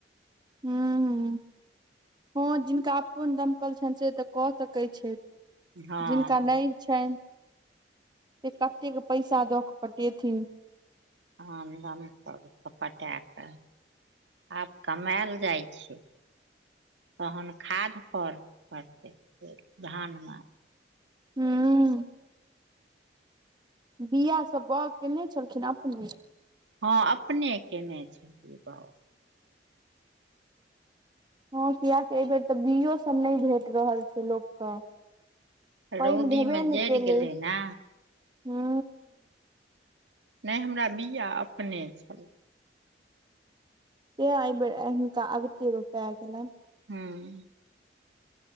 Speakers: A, on the right; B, on the right.
A: हू हू हँ जिनका अपनन दमकल छनि से तऽ कऽ सकै छैय
B: हँ
A: जिनका नहिै छनि से कतेक पैसा दऽ कऽ पटेथिन
B: आम क पटा कऽ <unintelligible> आब कमाायल जाइ छैय तहन खाद पर पड़तै धानमे
A: हू बिआ सब बाग केने छलखिन अपने
B: हँ अपने केने छलियै बउग
A: हँ कियकि एहि बेेर तऽ बियो सब नहि भेट रहल छै लोक तऽ पाइन
B: रौदी
A: भेबे
B: मे
A: नहि
B: जरि
A: केलै
B: गेलै ने
A: हू
B: नहि हमरा बिआ अपने छलैय
A: तआइ हिनका ऐबेर अगत रोपै गेलने <unintelligible>
B: हँ